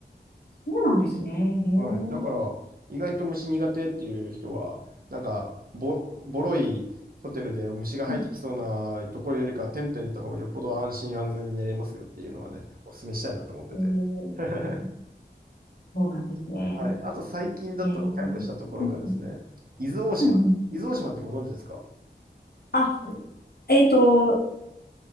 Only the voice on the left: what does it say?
そうなんですね。へえ。
うん
うん
うんうん
そうなんですね。
へえ。うんうん
うんうん。
あ、えっと、